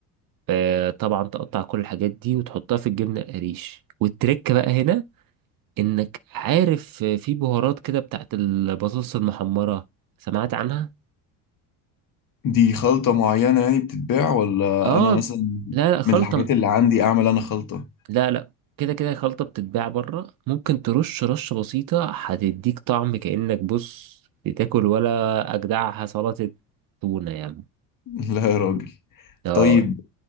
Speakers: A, on the right; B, on the left.
A: آه، طبعا تقطع كل الحاجات دي وتحطها في الجبنه القريش والتركه بقى هنا انك عارف في بهارات كده بتاعت البطاطس المحمرة سمعت عنها
B: دي خلطة معينة يعني بتتباع ولا
A: اه
B: أنا مثلا
A: لا لا خلطة
B: من الحاجات اللي عندي أعمل أنا خلطة
A: لا لا كده كده خلطة بتتباع بره ممكن ترش رشة بسيطة هتديك طعم كأنك بص بتاكل ولا أجدعها سلطة تونة يعني
B: <laughs> لا يا راجل
A: اه
B: طيب